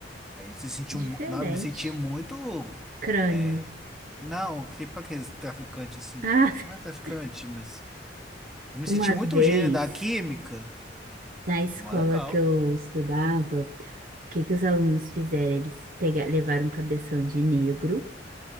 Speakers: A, in the centre; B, on the right.
A: A gente se sentiu.
B: Diferente.
A: mu- Não, eu me sentia muito.
B: Crânio.
A: É... Não, tipo aqueles traficantes assim.
B: Ah, <laughs>
A: Não é traficante, mas. Eu me
B: uma
A: senti muito
B: vez
A: um gênio da química.
B: na escola
A: Mó legal.
B: que eu estudava, o que que os alunos fizeram? Eles pegaram, levaram um cabeção de negro